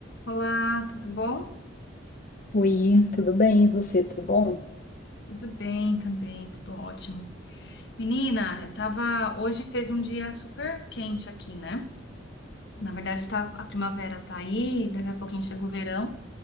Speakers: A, on the left (about 60°); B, on the left (about 45°).
A: Olá, tudo bom?
B: Oi, tudo bem? E você, tudo bom?
A: Tudo bem também, tudo ótimo. Menina, eu tava. Hoje fez um dia super quente aqui, né? Na verdade, tá, a primavera tá aí, daqui a pouquinho chega o verão,